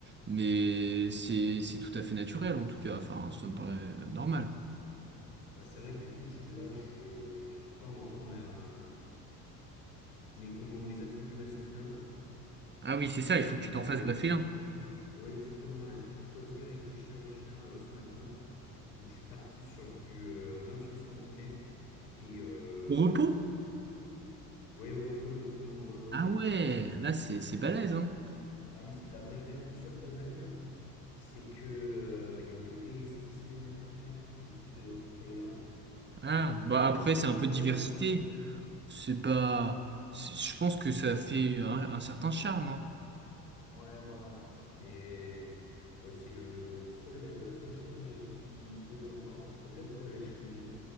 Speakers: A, on the right (about 20°); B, on the left (about 80°).
A: mais c'est, c'est tout à fait naturel en tout cas. Enfin, ça me paraît normal.
B: Bah, c'est vrai que du coup, je, là, je, j'ai pas encore ma, mes, comment, mes attributs masculins.
A: Ah oui, c'est ça. Il faut
B: Donc,
A: que tu t'en fasses
B: euh,
A: greffer un.
B: Oui, exactement. Là, j'ai pu choisir avec le chirurgien euh, ce matin. Donc, je suis parti sur du euh, huit centimètres et euh,
A: Au repos?
B: ouais, au repos, exactement. ouais, ouais,
A: Ah ouais,
B: ouais.
A: là, c'est, c'est balèze, hein.
B: Ah oui, c'est de la vraie greffe. Le seul problème, c'est que euh, il y a que des spécimens africains qui existent dans cette taille-là.
A: Ah,
B: Donc,
A: bah
B: euh, bon,
A: après,
B: pour
A: c'est
B: la couleur,
A: un peu de diversité.
B: euh,
A: C'est pas, c'est- je pense que ça fait un, un certain charme, hein.
B: ouais, voilà. Mais bon, c'est le, le- le seul, euh, la seule chose euh, qui posait encore un peu problème, quoi, l'acheminement.